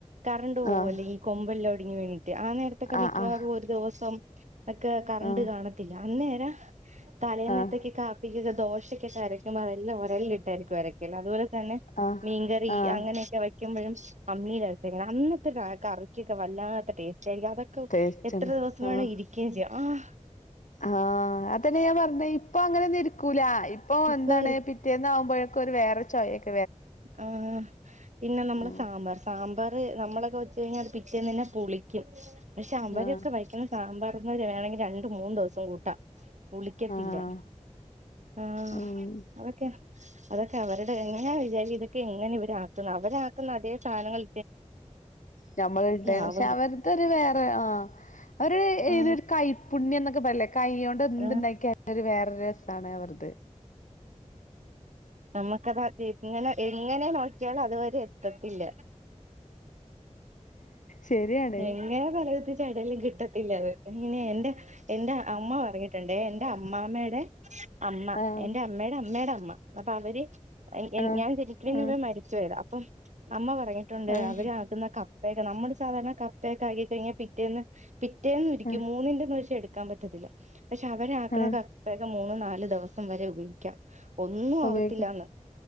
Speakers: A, on the right (about 70°); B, on the left (about 85°).
A: കറ ണ്ട് പോവല്ലെ
B: ആഹ്
A: ഈ കൊമ്പൻലൊടിഞ്ഞ് കഴിഞ്ഞിട്ട് ആ നേരത്തൊക്കെ
B: ആഹ്
A: മിക്കവാറും
B: ആഹ്
A: ഒരു ദിവസം ഒക്കെ കറണ്ട്കാണത്തില്ല
B: ആഹ്
A: അന്നേര തലേനെത്തേക്
B: ആഹ്
A: കാപ്പിക് ദോശ <unintelligible> ട്ടേരിക്ക് വരെ അതുപോലെ തന്നെ
B: ആഹ്
A: മീൻകറി
B: ആഹ്
A: അങ്ങനെയൊക്കെ വയ്ക്കുമ്പഴും അമ്മില് അടുത്തക്കണ അന്ന് കറക്കിക്കെ വല്ലാത്ത ടെസ്റ്റായിരിക്കും. അതൊക്കെ
B: ടേസ്റ്റാണ്
A: എത്ര ദേവസം
B: ആഹ്
A: വേണേ ഇരിക്കേയും ചെയ്യാം ആഹ്
B: ആഹ് അതന്നെ ഞാൻ പറഞ്ഞെ പ്പൊ അങ്ങനെന്നുംരിക്കൂലാ. ഇപ്പൊ
A: ഉപ്പേരി
B: എന്താണ് പിറ്റേന്നാവുമ്പഴെക്ക് ഇപ്പൊരു വേറെരു ചൊയക്ക്
A: ആഹ് പിന്നെ നമ്മള
B: ഉം
A: സാമ്പാർ സാമ്പാർ ത് നമ്മളൊക്കെ വെച്ച് കഴിഞ്ഞാത് പിറ്റേന്ന് തന്നെ പുളിക്കും. പക്ഷെ അവരൊക്ക
B: ആഹ്
A: വയ്ക്കു സാമ്പാ വേണെങ്കി രണ്ടു മൂന്ന് ദെവസം കൂട്ടാം. ഉളിക്കത്തില്ല.
B: ആഹ്
A: ആഹ്
B: ഉം
A: അതൊക്കെ അതൊക്കെ അവരുടെ എങ്ങനാ ജാരി ഇതക്കെങ്ങനിവര് ആക്കുന്ന അവരാക്കുന്ന അതേ സാനങ്ങൾ
B: ഞമ്മൾ ഇട്ട പക്ഷെ
A: ആവുന്നില്ല
B: അവരുതൊരു വേറെ ആ അവര്
A: ആ
B: ഇതരു കൈപ്പുണ്യം എന്നൊക്കെ പറയല്ലേ കൈയോണ്ട് എന്ദുണ്ടാക്കിയാലും
A: ആ
B: വേറെ രസാണ് അവർത്.
A: നമ്മുക്കത് അത് എങ്ങനെ എങ്ങനെ നോക്കിയാലും അതുവരെ എത്തത്തില്ല.
B: ശരിയാണ്
A: എങ്ങനെ പറത്തി ചടലും കിട്ടത്തില്ലത്. ഇനി എന്റെ എന്റെ അമ്മ പറഞ്ഞിട്ടുണ്ടെ എന്റെ അമ്മാമ്മയുടെ അമ്മ
B: ആഹ്
A: എന്റെ അമ്മേടെ അമ്മേടെ അമ്മ അപ്പ അവര് ഏഹ് ഏ
B: ആഹ്
A: ഞാൻ ജനിക്ക നെ
B: ആഹ്
A: മുന്നേ മരിച്ചു പോയതാ പം അമ്മ പറഞ്ഞിട്ടുണ്ട്
B: ആഹ്
A: അവരാകുന്ന കപ്പയൊക്കെ നമ്മള് ച് സാധാരണ കപ്പയക്കായി കഴിഞ്ഞ പിറ്റേന്ന് പിറ്റേന്നുരിക്കും.
B: ആഹ്
A: മൂന്നിന്റെന്ന് ക്ഷെ എട് ക്കാൻ പറ്റത്തില്ല. പക്ഷെ അവര് ആക്കണകപ്പേക്ക
B: ആഹ്
A: മൂന്ന് നാ ല് ദെവസം വരെ ഉപയോക്കാം. ഒ ഒന്നും
B: ഉപയോഗിക്ക
A: ആവത്തില്ലാന്ന്